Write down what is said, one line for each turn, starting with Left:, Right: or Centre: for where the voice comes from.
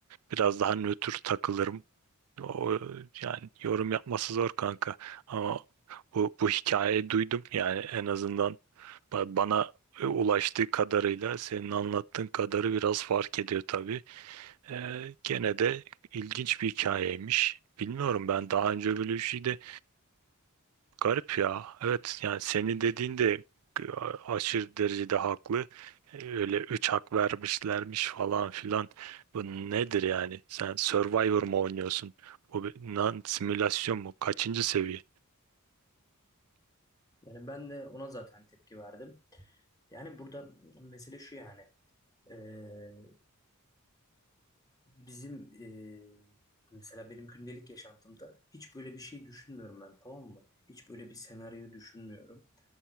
Right: biraz daha nötr takılırım. O yani yorum yapması zor kanka. Ama bu bu hikayeyi duydum yani en azından Ba- Bana e, ulaştığı kadarıyla senin anlattığın kadarı biraz fark ediyor tabii. Ee, gene de ilginç bir hikayeymiş. Bilmiyorum ben daha önce böyle bir şey de garip ya. Evet yani senin dediğin de e, aşırı derecede haklı. E, Öyle üç hak vermişlermiş falan filan. Bu nedir yani? Sen Survivor mu oynuyorsun? Bu bir lan simülasyon mu? Kaçıncı seviye?
Left: Yani ben de ona zaten tepki verdim. Yani burada mesele şu yani. eee, bizim eee, mesela benim gündelik yaşantımda hiç böyle bir şey düşünmüyorum ben tamam mı? Hiç böyle bir senaryo düşünmüyorum